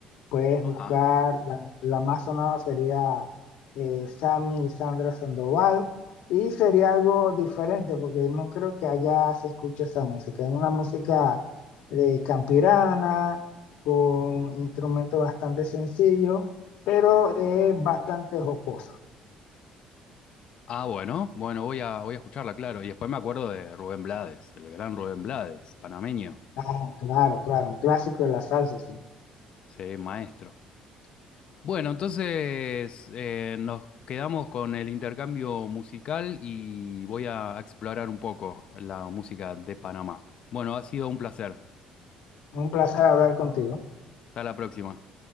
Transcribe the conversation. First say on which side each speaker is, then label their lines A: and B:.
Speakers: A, on the left; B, on the left.
A: Puedes
B: Ajá.
A: buscar, la, la más sonada sería eh, Sammy y Sandra Sandoval. Y sería algo diferente porque no creo que allá se escuche esa música. Es una música de campirana, con instrumentos bastante sencillos, pero es bastante jocosa.
B: Ah, bueno, bueno, voy a, voy a escucharla, claro. Y después me acuerdo de Rubén Blades, el gran Rubén Blades, panameño.
A: Ah, claro, claro, un clásico de la salsa, sí.
B: Sí, maestro. Bueno, entonces eh, nos quedamos con el intercambio musical y voy a explorar un poco la música de Panamá. Bueno, ha sido un placer.
A: Un placer hablar contigo.
B: Hasta la próxima.